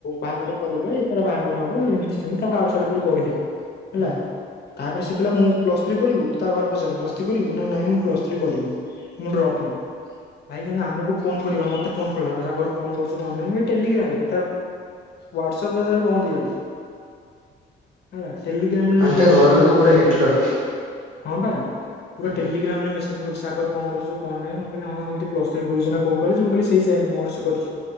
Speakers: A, on the left; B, on the right.
A: ବାହାଘର କରିଦେ ତାର ବାହାଘର ହବ। ଏମିତି ସେମତି ତାକୁ ଆଡୁ ସିଆଡୁ କରି କହିଲେ। ହେଲା
B: ହୁଁ
A: ତାପରେ ସେ କହିଲା ମୁଁ ପ୍ଲସ୍ ଥ୍ରୀ କରିବୁ ତା ଘରେ ପଚାରିଲ କରିବୁ। ନା ନାଇଁ ମୁଁ ପ୍ଲସ୍ ଥ୍ରୀ କରିବିନି। ମୁଁ ଡ୍ରପ୍ ନେବି ଭାଇ କ ଆମକୁ ଫୋନ କରିବ ମତେ ଫୋନ୍ କରିବ କଣ କରୁଚ କଣ ନାହିଁ ଟେଲିଗ୍ରାମ ରେ ହୱାଟସ୍ଆପ ବନ୍ଦ ହେଇଗଲା <inaudible> ହେଲା। ରେ
B: ମନେ
A: ଲିଟରାଲି
B: ତା ଘର
A: ମେସେଜ
B: ଲୋକ
A: କରୁଛି
B: ପୁରା ହିଟଲର।
A: ହଁ ବା ପୁରା
B: ହୁଁ
A: ଟେଲିଗ୍ରମ ରେ ମେସେଜ୍ କରୁଛି। ସାଗର କଣ କରୁଛୁ କଣ ନାହିଁ ମୁଁ କହିଲିଁ ଏମତି ପ୍ଲସ ଥ୍ରୀ କରୁଛି ନା କଉ କଲେଜ୍। ମୁଁ କହିଲି ସେଇ ସେମ୍ ମରସ୍ କରୁଛି